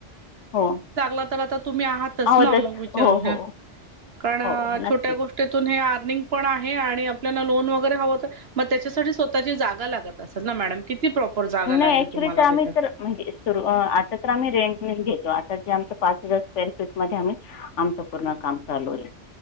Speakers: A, on the left; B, on the right.
A: हो.
B: म तर तुम्ही आहातच
A: अहो,
B: ना
A: तसं
B: मग विचार
A: हो,
B: घ्या
A: हो.
B: कारण
A: हो, नक्कीच.
B: छोट्या गोष्टी. तेथून हे अर्निंग पण आहे आणि आपल्याला लोन वगैरे हवं तर. मग त्याच्यासाठी स्वतःची जागा लागत असेल ना मॅडम किती प्रॉपर जागा
A: नाही
B: लागली
A: ॲक्च्युली
B: तुम्हाला
A: तर आम्ही
B: तिथे.
A: तर म्हणजे सुरू आता तर आम्ही रेंटनेच घेतो आता जे आमच पाच हजार स्क्वेअर फीटमध्ये आम्ही. आमचं पूर्ण काम चालू आहे.